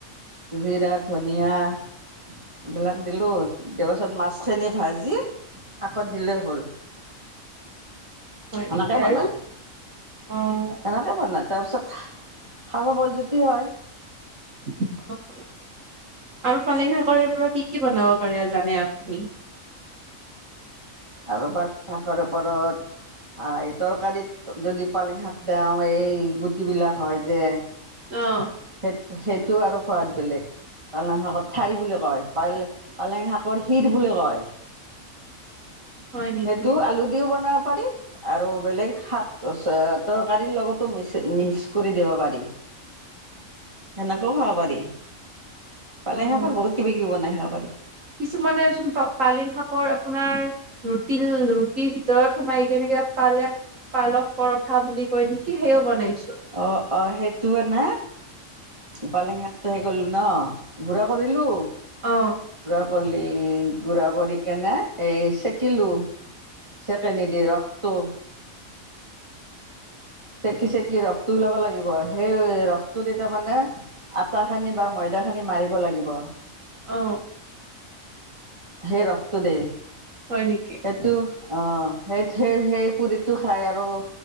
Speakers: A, on the right; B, on the right.
A: জিৰা- ধনীয়া এইবিলাক দিলো, দিয়াৰ পাছত মাছখিনি ভাজি শাকত দিলেও হ'ল।
B: হয়
A: সেনেকে
B: নেকি
A: বনাই
B: আৰু অ',
A: তেনেকে বনা তাৰপিছত খাব বৰ জুতি হয়।
B: <unintelligible> আৰু পালেং শাকৰ পৰা কি কি বনাব পাৰে আৰু জানে আপুনি?
A: আৰু পালেং শাকৰ ওপৰত আহ এই তৰকাৰীত যদি পালেং শাক দেও এই গুটিবিলাক হয় যে
B: অ',
A: সেই সেইটো আৰু সোৱাদ বেলেগ। পালেং শাকৰ ঠাৰি বুলি কয় পাল পালেং শাকৰ শিৰ বুলি কয়।
B: হয় নেকি
A: সেইটো আলু দিও বনাব পাৰি আৰু বেলেগ শাক তৰকাৰীৰ লগতো ম- মিক্স কৰি দিব পাৰি। এনেকেও খাব পাৰি। পালেং
B: অ'।
A: শাৰৰ বহুত কিবা কিবি বনাই খাব পাৰি।
B: কিছুমানে চোন পালেং শাকৰ আপোনাৰ ৰুটি ৰুটিৰ ভিতৰত সোমাই কে নি পালেক-পালক পৰঠা বুলি কয় নেকি সেইও বনাই
A: অ', অ', সেই তোৱে ন পালেং শাকটো হেৰি কৰিলোঁ ন গুৰা কৰিলোঁ
B: অ'।
A: বাকলি গুড়া কৰি, কেনে এই চেকিলোঁ। চেকেনি দি ৰসটো। চেকি চেকি ৰসটো ওলাব লাগিব সেই ৰসটো দি তাৰ মানে আটা খানি বা ময়দা খানি মাৰিব লাগিব।
B: অ '
A: সেই ৰসটো দি,
B: হয় নেকি?
A: এইটো অ', সেই, সেই, সেই পুৰিটো খাই আৰু